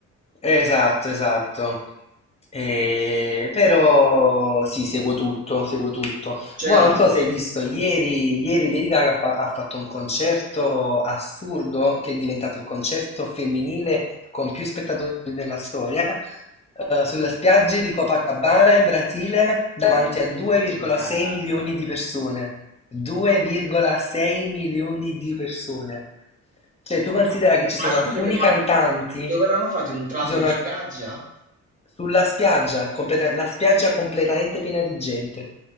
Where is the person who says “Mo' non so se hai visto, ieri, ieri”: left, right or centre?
Left